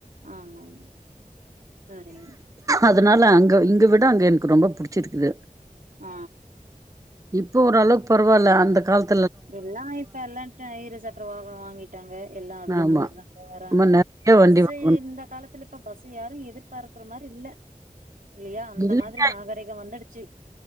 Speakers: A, on the right; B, on the right.
A: ஆமாங்க சரிங்க
B: அதனால அங்க இங்க விட அங்க எனக்கு ரொம்ப புடிச்சிருக்குது
A: ஆ
B: இப்போ ஓரளவுக்கு பரவால்ல அந்த காலத்
A: எல்லா இப்ப எல்லா இருசக்கர வாகன வாங்கிட்டாங்க எல்லா அதுல
B: ஆமா
A: போயிட்றாங்க வராங்க
B: ஆமா நெறைய
A: பஸ்ஸே
B: வண்டி வாங்கணும்.
A: இந்த காலத்துல இப்ப பஸ் யாரு எதிர்பார்க்கிற மாரி இல்ல இல்லையா அந்த
B: இல்லைங்க
A: மாரி நாகரீக வந்துடுச்சு